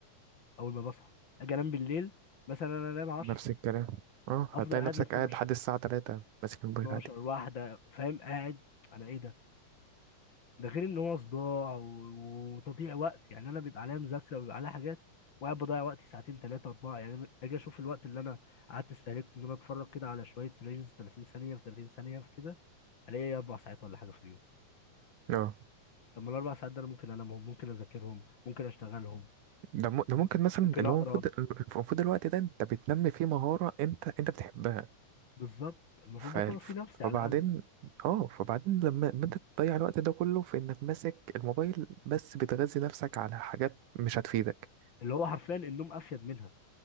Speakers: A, on the left; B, on the right.
A: اول ما بصحى اجي انام بالليل مثلا انا انام 10
B: نفس الكلام اه هتلاقي
A: افضل قاعد
B: نفسك
A: ل 12
B: قاعد لحد الساعة تلاتة ماسك الموبايل
A: 12
B: عادي
A: واحده فاهم قاعد على ايه ده ده غير ان هو صداع و- وتضييع وقت يعني انا بيبقى عليا مذاكره وبيبقى عليا حاجات وقاعد بضيع وقتي ساعتين ثلاثه اربعه يعني اجي اشوف الوقت اللي انا قعدت استهلكته ان انا اتفرج كده على شويه ريلز 30 ثانيه في 30 ثانيه في كده الاقي إيه اربع ساعات ولا حاجه في اليوم
B: اه
A: طب ما الاربع ساعات ده انا ممكن انامهم ممكن اذاكرهم ممكن اشتغلهم
B: ده, م... ده ممكن مثلا
A: ممكن
B: اللي
A: اقرا
B: هو المفروض المفروض الوقت ده انت بتنمي فيه مهارة انت انت بتحبها
A: بالظبط المفروض
B: ف...
A: بطور فيه نفسي
B: فبعدين
A: على الاقل
B: اه فبعدين لما لما انت تضيع الوقت ده كله في انك ماسك الموبايل بس بتغذي نفسك على حاجات مش هتفيدك
A: اللي هو حرفيا النوم افيد منها